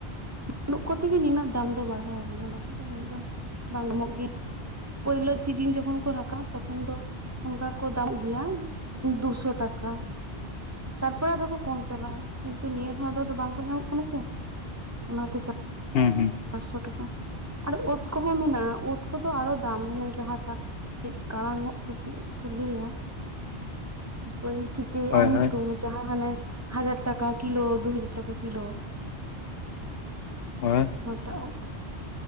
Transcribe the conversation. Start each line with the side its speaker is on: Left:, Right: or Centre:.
Right: ᱵᱟᱹᱱᱩᱜ ᱠᱚ ᱛᱮᱜᱮ ᱱᱤᱱᱟᱹᱜ ᱫᱟᱢ ᱫᱚ ᱵᱟᱲᱦᱟᱣ ᱠᱟᱱᱟ ᱵᱟᱠᱷᱟᱡ ᱫᱚ ᱱᱤᱭᱟᱹ ᱫᱚ ᱵᱟᱝ ᱫᱟᱢᱚᱜ ᱜᱮᱭᱟ᱾ ᱯᱳᱭᱞᱳ ᱥᱤᱡᱤᱱ ᱡᱚᱠᱷᱚᱱ ᱠᱚ ᱨᱟᱠᱟ ᱛᱚᱠᱷᱚᱱ ᱫᱚ ᱚᱱᱠᱟ ᱠᱚ ᱫᱟᱢᱚᱜ ᱜᱮᱭᱟ ᱫᱩᱥᱚ ᱴᱟᱠᱟ᱾ ᱛᱟᱨᱯᱚᱨᱮ ᱟᱫᱚ ᱠᱚ ᱠᱚᱢ ᱪᱟᱞᱟᱜᱼᱟ ᱠᱤᱱᱛᱩ ᱱᱤᱭᱟ ᱫᱷᱟᱣ ᱫᱚ ᱵᱟᱝ ᱠᱚ ᱧᱟᱢᱚᱜ ᱠᱟᱱᱟ ᱥᱮ ᱚᱱᱟᱛᱮ
Left: ᱦᱩᱸ ᱦᱩᱸ
Right: ᱪᱟᱨᱥᱚ ᱴᱟᱠᱟ᱾ ᱟᱨ ᱩᱫ ᱠᱚᱦᱚᱸ ᱢᱮᱱᱟᱜᱼᱟ ᱩᱫ ᱠᱚᱫᱚ ᱟᱨᱚ ᱫᱟᱢ ᱢᱟᱱᱮ ᱡᱟᱦᱟᱸᱴᱟᱜ ᱪᱮᱫ ᱠᱟᱲᱟᱝ ᱩᱫ ᱥᱮ ᱪᱮᱫ ᱩᱫ ᱠᱚ ᱞᱟᱹᱭᱟ ᱵᱟᱹᱧ ᱴᱷᱤᱠ
Left: ᱦᱳᱭ
Right: ᱟ ᱧᱩᱛᱩᱢ
Left: ᱦᱳᱭ
Right: ᱡᱟᱦᱟᱸ ᱦᱟᱱᱮ ᱦᱟᱡᱟᱨ ᱴᱟᱠᱟ ᱠᱤᱞᱳ ᱫᱩ ᱦᱟᱡᱟᱨ ᱴᱟᱠᱟ ᱠᱤᱞᱳ ᱾
Left: <inaudible>
Right: ᱚᱱᱟ ᱴᱟᱜ ᱩᱫ ᱾